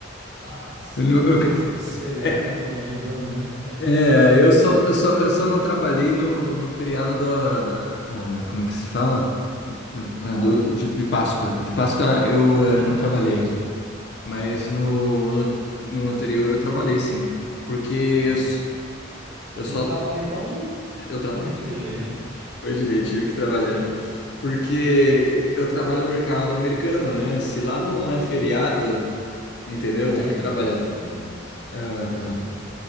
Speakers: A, on the right; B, on the left.
A: Nossa,
B: Eu, não-
A: tá tá
B: eu
A: tenso, né? Esses feriados
B: é,
A: não estão ajudando muito.
B: é, eu só, eu só, eu só não trabalhei no, no feriado da, da- ah, como que se fala? No-
A: Primeiro
B: ah,
A: de maio?
B: do- de, de Páscoa. De Páscoa eu
A: Ah,
B: eh, não trabalhei.
A: de Páscoa.
B: Mas
A: Ó,
B: no, no, no anterior eu trabalhei sim. Porque
A: no
B: eu,
A: dia,
B: s-
A: no
B: eu
A: dia
B: só.
A: do trabalho, então,
B: Eu trabalhei.
A: <laughs>
B: <laughs>
A: vou de lei, né?
B: Foi de lei, tive que trabalhar. Porque eu trabalho no mercado americano, né? Se lá não
A: Sim.
B: é feriado, entendeu?
A: Ah,
B: Eu tenho
A: é,
B: que trabalhar.
A: moço, tem isso.
B: Aham.
A: Pode crer.